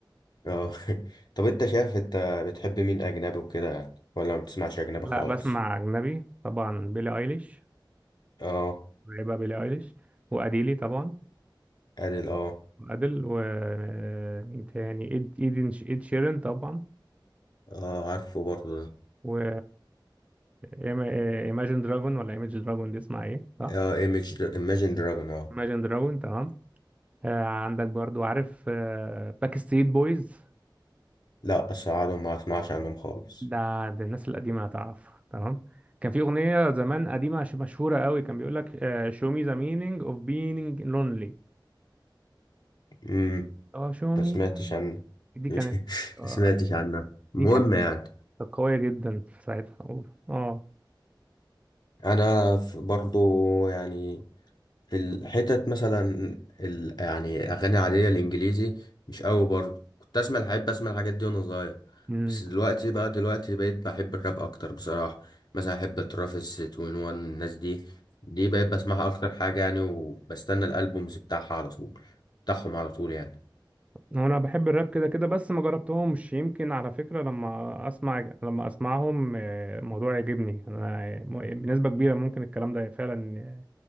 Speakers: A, on the left; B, on the right.
A: اه <laughs> طب انت شايف انت بتحب مين أجنبي وكده يعني ولا ما بتسمعش أجنبي
B: لا
A: خالص
B: بسمع اجنبي طبعا بيلي ايليش
A: اه
B: بقى بيلي ايليش واديلي طبعا
A: أديل اه
B: وادل ومين تاني إد... ايدن ايد شيرين طبعا
A: اه عارفه برضه ده
B: و إيما- إيماجين دراجون ولا ايماجين دراجون دي اسمها ايه صح؟
A: اه ايمج ايماجين دراجون اه
B: Imagine Dragon تمام آه عندك برضو عارف آه باك ستريت بويز
A: لا أسعدهم ما أسمعش عنهم خالص
B: ده ده الناس القديمة هتعرف تمام كان في أغنية زمان قديمة ش- مشهورة قوي كان بيقول لك آه show me the meaning of being lonely
A: امم
B: اه show
A: ما
B: me
A: سمعتش عنه
B: دي كانت
A: <laughs>
B: آه
A: ما سمعتش عنه
B: دي
A: المهم
B: كانت
A: يعني
B: قوية جدا في ساعتها اه
A: أنا برضه يعني الحتت مثلا ال... يعني اغاني عاديه الانجليزي مش قوي برضه كنت اسمع بحب اسمع الحاجات دي وانا صغير
B: مم.
A: بس دلوقتي بقى دلوقتي بقيت بحب الراب اكتر بصراحه مثلا احب ترافيس 21 الناس دي دي بقيت بسمعها اكتر حاجه يعني وبستنى الالبومز بتاعها على طول بتاعهم على طول يعني
B: هو انا بحب الراب كده كده بس ما جربتهمش يمكن على فكرة لما اسمع لما اسمعهم آه، الموضوع يعجبني انا آه، م- بنسبة كبيرة ممكن الكلام ده فعلا آه،